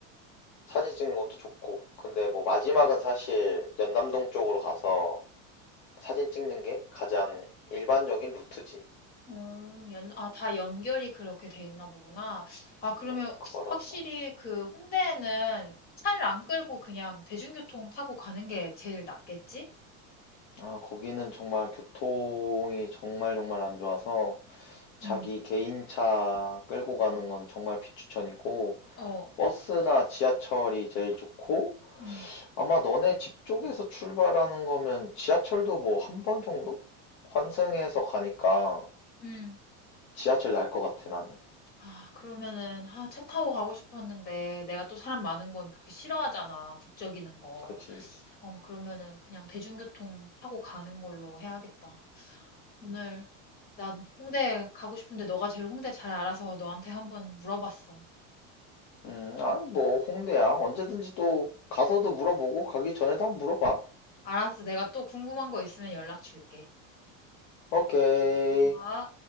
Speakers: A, on the left; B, on the left.
A: 사진 찍는 것도 좋고 근데 뭐 마지막은 사실 연남동 쪽으로 가서 사진 찍는 게 가장 일반적인 루트지.
B: 음, 연, 아, 다 연결이 그렇게 돼 있나 보구나. 아, 그러면
A: 음, 걸어서.
B: 확실히 그 홍대에는 차를 안 끌고 그냥 대중교통 타고 가는 게 제일 낫겠지?
A: 아, 거기는 정말 교통이 정말 정말 안 좋아서 자기
B: 응,
A: 개인차 끌고 가는 건 정말 비추천이고
B: 어,
A: 버스나 지하철이 제일 좋고
B: 응,
A: 아마 너네 집 쪽에서 출발하는 거면 지하철도 뭐 한 번 정도? 환승해서 가니까
B: 응.
A: 지하철 날 것 같아 나는.
B: 아, 그러면은, 아, 차 타고 가고 싶었는데, 내가 또 사람 많은 건 그렇게 싫어하잖아, 북적이는 거.
A: 그치?
B: 어, 그러면은 그냥 대중교통 타고 가는 걸로 해야겠다. 오늘, 난 홍대 가고 싶은데, 너가 제일 홍대 잘 알아서 너한테 한번 물어봤어.
A: 음, 아니 뭐 홍대야 언제든지 또 가서도 물어보고 가기 전에도 한번 물어봐.
B: 알았어, 내가 또 궁금한 거 있으면 연락 줄게.
A: 오케이.
B: 아